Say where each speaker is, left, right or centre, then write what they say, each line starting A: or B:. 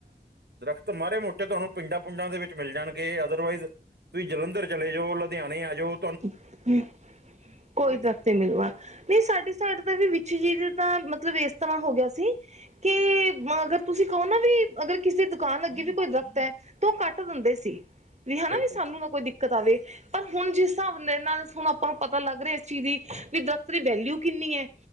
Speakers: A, on the right (about 80°); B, on the right (about 40°).
A: ਦਰਖ਼ਤ ਮਾੜੇ ਮੋਟੇ ਤੁਹਾਨੂੰ ਪਿੰਡਾਂ-ਪਿੰਡੋਂ ਦੇ ਵਿੱਚ ਮਿਲ ਜਾਣਗੇ ਅਦਰਵਾਈਜ਼ ਤੁਸੀਂ ਜਲੰਧਰ ਚਲੇ ਜਾਓ ਲ ਨੀ ਆਜੋ
B: ਹ ਹੂੰ ਕੋਈ ਦਰਖ਼ਤ
A: ਤੇ
B: ਨੀ ਮਿਲੂਗਾ ਨੀ ਸਾਡੇ ਸਾਡੇ ਤਾਂ ਵੀ ਵਿੱਚ ਜੀ ਦਾ ਮਤਲਬ ਇਸ ਤਰ੍ਹਾਂ ਹੋ ਗਿਆ ਸੀ ਕਿ ਮਗਰ ਤੁਸੀਂ ਕਹੋ ਨਾ ਵੀ ਅਗਰ ਕਿਸੇ ਦੁਕਾਨ ਅੱਗੇ ਵੀ ਕੋਈ ਦਰਖ਼ਤ ਐ ਤਾਂ ਉਹ ਕੱਟ ਦਿੰਦੇ ਸੀ ਵੀ ਹਨਾ
A: ਬਿਲਕੁਲ
B: ਵੀ ਸਾਨੂੰ ਨਾ ਕੋਈ ਦਿੱਕਤ ਆਵੇ ਪਰ ਹੁਣ ਜਿਸ ਹਿਸਾਬ ਦੇ ਨਾਲ਼ ਹੁਣ ਆਪਾਂ ਨੂੰ ਪਤਾ ਲੱਗ ਰਿਹਾ ਇਸ ਚੀਜ਼ ਦੀ ਵੀ ਦਰਖ਼ਤ ਦੀ ਵੈਲਿਊ ਕਿੰਨੀ ਐ